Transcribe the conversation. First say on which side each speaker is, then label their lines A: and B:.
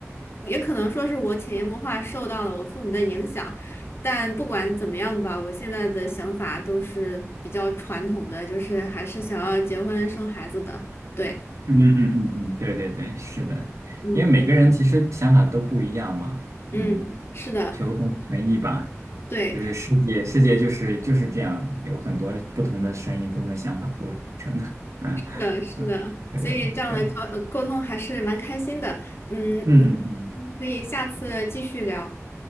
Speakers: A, on the left; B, on the right.
A: 也可能说是我潜移默化受到了我父母的影响。但不管怎么样吧，我现在的想法都是比较传统的，就是还是想要结婚生孩子的。对，
B: 嗯嗯嗯嗯，对对对，是的，
A: 嗯
B: 因为每个人其实想法都不一样嘛，
A: 嗯，
B: 嗯，
A: 是的，
B: 求同存异吧。
A: 对，
B: 就是世界，世界就是就是这样，有很多不同的声音、不同的想法构成的。<laughs> 嗯
A: 是的，是的，
B: 嗯，对对对对，
A: 所以这样的交呃沟通还是蛮开心的。嗯嗯
B: 嗯嗯嗯，嗯
A: 可以下次继续聊。